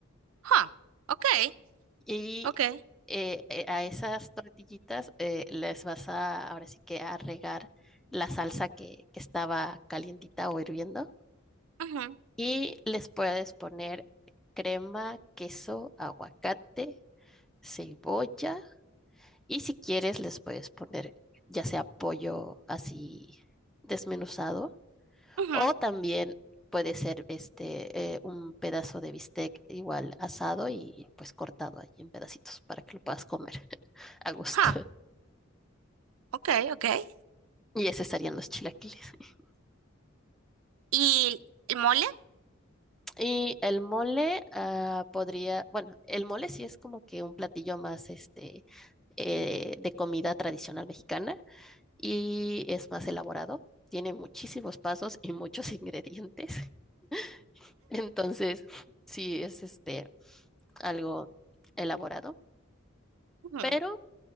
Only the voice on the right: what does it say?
Huh, okay,
okay,
ujú,
ujú,
huh, okay, okay.
¿Y el mole?
Ujú,